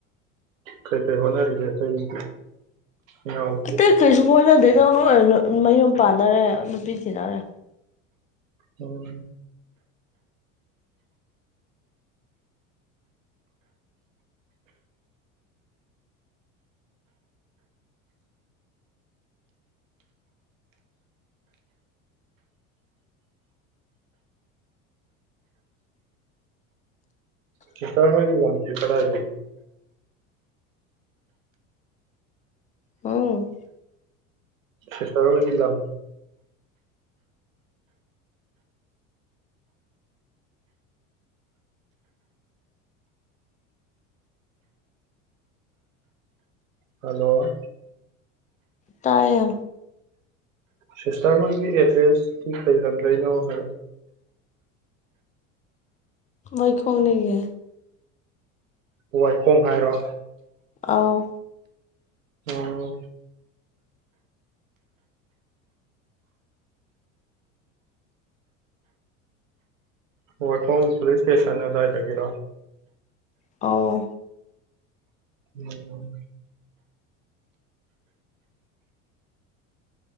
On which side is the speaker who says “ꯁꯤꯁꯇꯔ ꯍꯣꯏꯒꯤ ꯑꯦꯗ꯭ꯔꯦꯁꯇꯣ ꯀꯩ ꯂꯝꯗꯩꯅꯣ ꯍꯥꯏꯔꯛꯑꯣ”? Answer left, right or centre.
Right